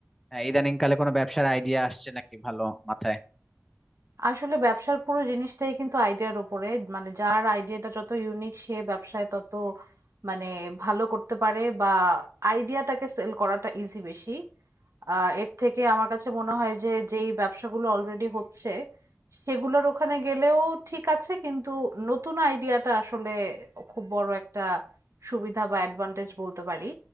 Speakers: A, in the centre; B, on the right.
A: আহ, ইদানিং কালে কোনো ব্যবসার আইডিয়া আসছে নাকি ভালো মাথায়
B: আসলে ব্যবসার পুরো জিনিসটাই কিন্তু আইডিয়ার উপরে মানে যার আইডিয়াটা যত ইউনিক সে ব্যবসায় তত মানে ভালো করতে পারে বা আইডিয়াটাকে সেল করাটা ইজি বেশি আহ এর থেকে আমার কাছে মনে হয় যে যেই ব্যবসাগুলো অলরেডি হচ্ছে সেগুলোর ওখানে গেলেও ঠিক আছে কিন্তু নতুন আইডিয়াটা আসলে খুব বড় একটা সুবিধা বা অ্যাডভান্টেজ বলতে পারি